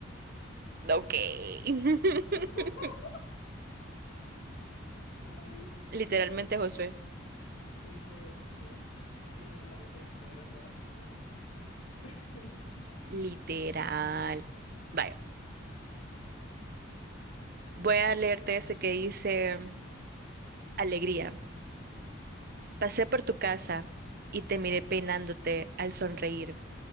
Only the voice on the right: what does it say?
Ok. <laughs>
Literalmente,
Josué.
Literal. Vaya, voy a leerte este que dice, Alegría, pasé por tu casa y te miré peinándote al sonreír.